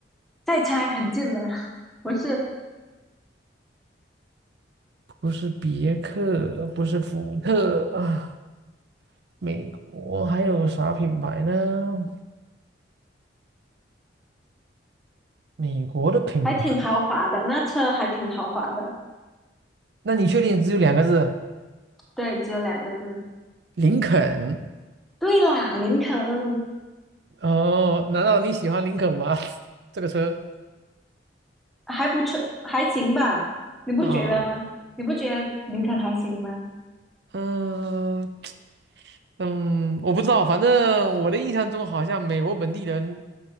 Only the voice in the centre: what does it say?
再猜很近了，<laughs> 不是，
还挺豪华的，那车还挺豪华的。
对，只有两个字。
对啦，林肯
还不错，还行吧？你不觉得吗？
你不觉得林肯还行吗？